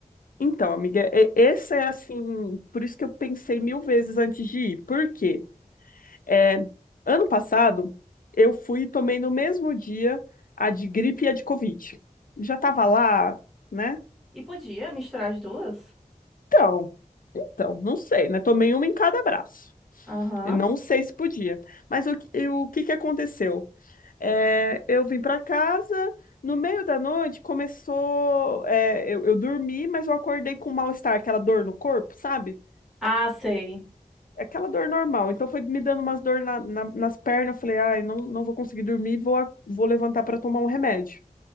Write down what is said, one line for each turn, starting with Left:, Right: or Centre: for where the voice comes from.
Left: Então, amiga, e- esse é assim. Por isso que eu pensei mil vezes antes de ir. Por quê? É, ano passado, eu fui e tomei no mesmo dia a de gripe e a de Covid. Já tava lá, né?
Centre: E podia misturar as duas?
Left: Então, então, não sei, né? Tomei uma em cada braço.
Centre: Aham.
Left: E Não sei se podia. Mas o, que- e o que que aconteceu? É, eu vim para casa, no meio da noite começou. é, eu, eu dormi, mas eu acordei com mal-estar, aquela dor no corpo, sabe?
Centre: Ah, sei.
Left: É Aquela dor normal. Então foi me dando umas dor na- na- nas pernas. Eu falei, ai, não, não vou conseguir dormir, vou, a- vou levantar para tomar um remédio.